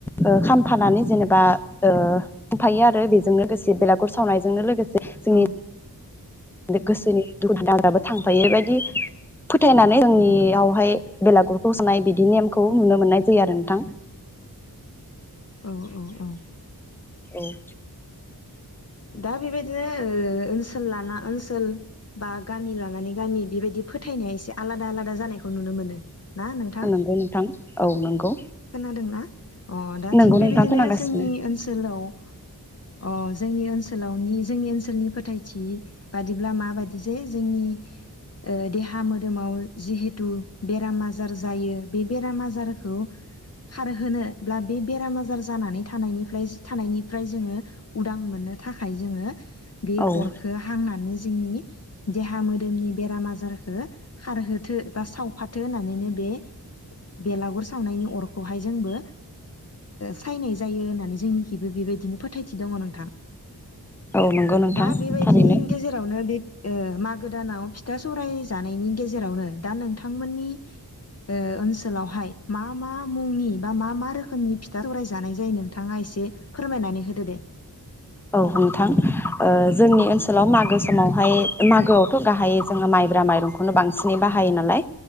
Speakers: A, in the centre; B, on the left.
A: ओ खामफानानै जेनेबा ओ खामफायो आरो बेजों लोगोसे बेलागुर सावनायजोंनो लोगोसे जोंनि
B: औ
A: गोसोनि दुखु- दाहायाबो थांफायो बेबायदि फोथायनानै जोंनियावहाय बेलागुरखौ सावनाय बिदि नेमखौ नुनो मोननाय जायो आरो नोंथां।
B: औ औ औ
A: औ
B: दा बेबायदिनो ओ ओनसोल लाना ओनसोल बा गामि लानानै गामि बेबायदि फोथायनाया एसे- आलादा-आलादा जानायखौ नुनो मोनो ना नोंथां?
A: नंगौ नोंथां औ नंगौ
B: खोनादोंना? अ दा
A: नंगौ
B: थिग
A: नोंथां
B: बेबायदिनो
A: खोनागासिनो
B: जोंनि ओनसोलाव ओ जोंनि ओनसोलावनि जोंनि ओनसोलनि फोथायथि बादिब्ला माबादि जे जोंनि ओ देहा-मोदोमाव जिहेथु बेराम-आजार जायो बे बेराम-आजारखौ खारहोनोबब्ला बे बेराम-आजार जानानै थानायनि फ्राय थानायनिफ्राय जोङो उदां मोनो। थाखाय जोङो बे
A: औ
B: अरखो हांनानै- जोंनि देहा-मोदोमनि बेराम-आजार खो खारहोथो बा सावफाथो होननानैनो बे बेलागुर सावनायनि अर- खौहाय जोंबो सायनाय जायो होननानै जोंनिखिबो बेबायदिनो फोथायथि दङ नोंथां।
A: औ नंगौ नोंथां
B: दा बेबायदिनि
A: थारैनो
B: गेजेरावनो बे ओ मागो दानाव फिथा-सौराय जानायनि गेजेरावनो दा नोंथांमोननि ओ ओनसोलावहाय मा मा मुंनि बा मा मा रोखोमनि फिथा सौराय जानाय जायो? नोंथाङा एसे फोरमायनानै होदो दे।
A: औ नोंथां ओ जोंनि ओनसोलाव मागो समावहाय मागोआवथ' गाहायै जोङो माइब्रा माइरंखौनो बांसिनै बाहायो नालाय